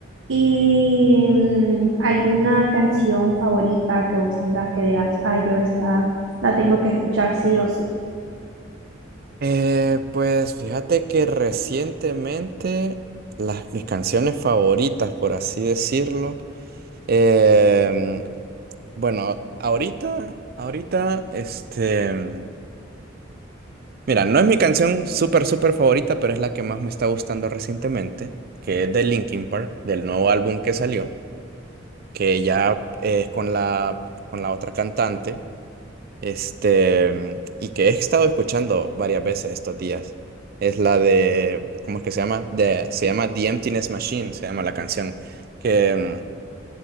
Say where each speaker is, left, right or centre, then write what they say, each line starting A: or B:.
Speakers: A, on the right; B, on the right.
A: ¿Y mm, alguna canción favorita que vos tengas que digas, ah, yo esta la tengo que escuchar sí o sí?
B: Eh, pues fíjate que recientemente las, mis canciones favoritas, por así decirlo, em, bueno, ahorita, ahorita, este, mira, no es mi canción súper, súper favorita, pero es la que más me está gustando recientemente, que es de Linkin Park, del nuevo álbum que salió, que ya es con la, con la otra cantante. Este, y que he estado escuchando varias veces estos días. Es la de, ¿cómo es que se llama? De, se llama The Emptiness Machine, se llama la canción, que, mm,